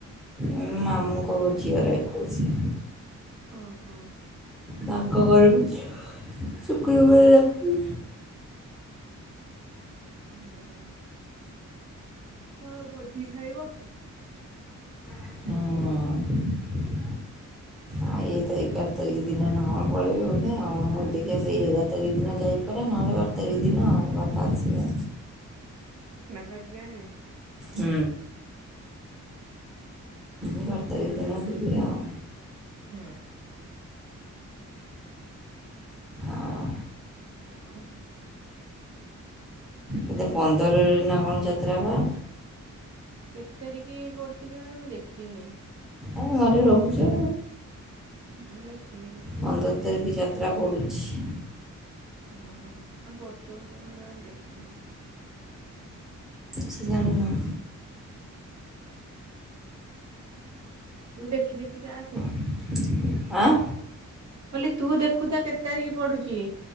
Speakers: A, in the centre; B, on the right.
A: ମ ମାମୁଙ୍କ ଝିଅର ଏକୋଇଶିଆ।
B: ଓହୋ।
A: ତାଙ୍କ ଘରକୁ ଶୁକ୍ରବାର ରାତି
B: ହୁଁ। କଣ ଭୋଜି ଖାଇବ।
A: ହୁଁ। ଆଉ ଇଏ ତ ଏଗାର ତାରିଖ ଦିନ ନାଁ ପଳେଇବେ ବୋଧେ ଆଉ ମୁଁ ଦେଖିବା ସେଇ ଏଗାର ତାରିଖ ଦିନ ଯାଇ ନହେଲେ ବାର ତାରିଖ ଦିନ ବାପା ଆସିବେ।
B: ବାପା ଯିବେ ଆଣିବେ।
A: ହୁଁ। ବାର ତାରିଖ ଦିନ ଯବିି ଆଉ।
B: ହୁଁ।
A: ଆଉ
B: ଆଉ। ହୁଁ
A: କେତେ ପନ୍ଦରରେ ନା କଣ ଯାତ୍ରାବା।
B: କେତେ ତାରିଖ ପଡୁଛି କେଜାଣି ମୁଁ ଦେଖିନି।
A: ଆ ଘରେ ରହୁଛୁ।
B: ମୁଁ ଦେଖିନି କେତେ ତାରିଖ
A: ପନ୍ଦର
B: ପଡୁଛି
A: ତାରିଖ ଯାତ୍ରା ପଡ଼ୁଛି।
B: ଓହୋ ଆଉ ପଡୁଥିବ ମୁଁ ଆଉ ଦେଖିନି।
A: ସେ ଜାଣିନ।
B: ତୁ ଦେଖି ଦେଖି କା ଆସେ।
A: <inaudible> ଆଁ।
B: ମୁଁ କହିଲି ତୁ ଦେଖୁଥା କେତେ ତାରିଖ ପଡୁଚି।